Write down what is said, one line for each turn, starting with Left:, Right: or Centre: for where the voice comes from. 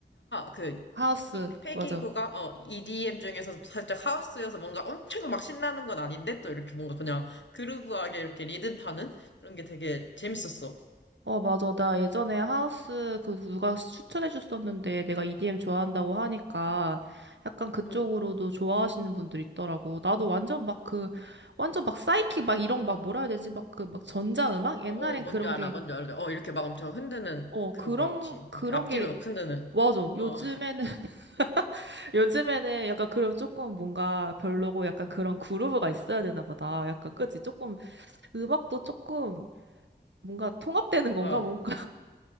Left: 그
Right: 하우스
Left: 이, 이, 패기구가
Right: 맞아
Left: 어, EDM 중에서 살짝 하우스여서 뭔가 엄청 막 신나는 건 아닌데 또 이렇게 뭔가 그냥 그루브하게 이렇게 리듬 타는 그런 게 되게 재밌었어.
Right: 어 맞아 나 예전에 하우스 그 누가 추천해줬었는데 내가 EDM 좋아한다고 하니까 약간 그쪽으로도
Left: 음.
Right: 좋아하시는 분들이 있더라고 나도 완전 막 그 완전 막 사이킥 막 이런 막 뭐라 해야 되지 막 그 막 전자음악? 옛날엔
Left: 어, 어, 뭔지
Right: 그런
Left: 알아, 뭔지 알아. 어, 이렇게 막 엄청 흔드는
Right: 게 어
Left: 그거지.
Right: 그런 그런
Left: 이렇게 앞뒤로
Right: 게
Left: 막 흔드는.
Right: 맞아 요즘에는
Left: 어,
Right: <laughs> 요즘에는 약간 그럼 조금 뭔가 별로고 약간 그런 그루브가 있어야 되나 보다 약간 그치 조금 음악도 조금 뭔가 통합되는
Left: 뭔가,
Right: 건가? 뭔가